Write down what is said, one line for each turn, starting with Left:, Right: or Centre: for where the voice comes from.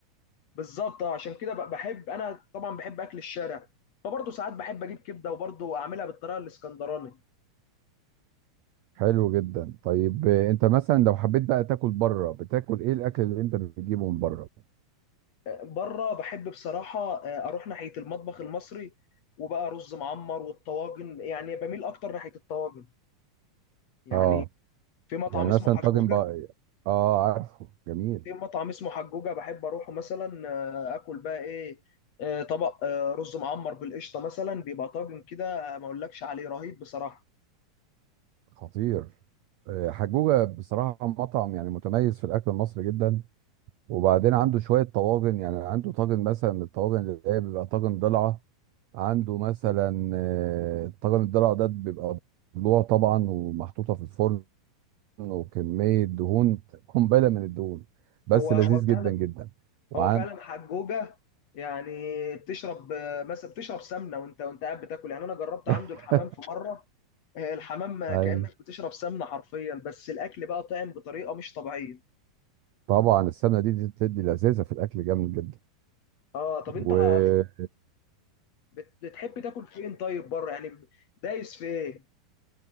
Left: بالظبط آه، عشان كده ب- بحب انا طبعا بحب اكل الشارع فبرضه ساعات بحب اجيب كبده وبرضه اعملها بالطريقه الاسكندراني
Right: حلو جدا طيب آه، انت مثلا لو حبيت بقى تاكل بره بتاكل ايه الاكل اللي انت بتجيبه من بره
Left: بره بحب بصراحة آه، أروح ناحية المطبخ المصري وبقى رز معمر والطواجن يعني بميل أكتر ناحية الطواجن يعني
Right: اه
Left: في مطعم
Right: يعني
Left: اسمه
Right: مثلا
Left: حجوجة
Right: طاجن بقى اه عارفه جميل
Left: في مطعم اسمه حجوجة بحب أروحه مثلا آه، آكل بقى إيه آه، طبق آه، رز معمر بالقشطة مثلا بيبقى طاجن كده آه، ما أقولكش عليه رهيب بصراحة
Right: خطير آه، حجوجة بصراحة مطعم يعني متميز في الأكل المصري جدا وبعدين عنده شوية طواجن يعني عنده طاجن مثلا من الطواجن اللي هي بيبقى طاجن ضلعة عنده مثلا آه، طاجن الضلع ده بيبقى ضلوع طبعا ومحطوطة في الفرن وكمية دهون قنبلة من الدهون بس
Left: هو
Right: لذيذ
Left: هو فعلا
Right: جدا جدا وعن
Left: هو فعلا حجوجة يعني بتشرب آه، مثلا بتشرب سمنة وأنت وأنت قاعد بتاكل يعني أنا جربت
Right: <laughs>
Left: عنده الحمام في مرة آه، الحمام
Right: ايوه
Left: كأنك بتشرب سمنة حرفيا بس الأكل بقى طعم بطريقة مش طبيعية
Right: طبعا السمنة دي دي بتدي لذاذة في الأكل جامد جدا
Left: اه طب
Right: ومعاك
Left: انت ح- بت- بت- بتحب تاكل فين طيب بره يعني دايس في ايه